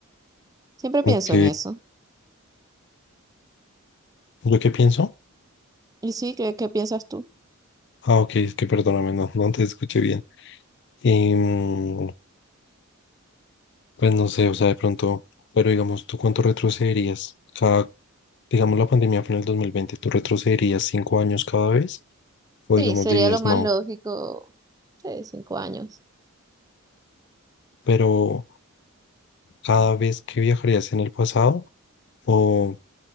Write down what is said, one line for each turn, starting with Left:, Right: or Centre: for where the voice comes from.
Right: Siempre pienso
Left: Ok,
Right: en eso.
Left: ¿yo qué pienso?
Right: ¿Y sí, qué, qué piensas tú?
Left: Ah, ok, es que perdóname, no, no te escuché bien. Em, pues no sé, o sea, de pronto, pero digamos, ¿tú cuánto retrocederías? Cada, digamos, la pandemia fue en el 2020, ¿tú retrocederías cinco años cada vez? O
Right: Sí,
Left: digamos
Right: sería
Left: dirías
Right: lo más
Left: no,
Right: lógico. Sí, cinco años.
Left: pero cada vez que viajarías en el pasado o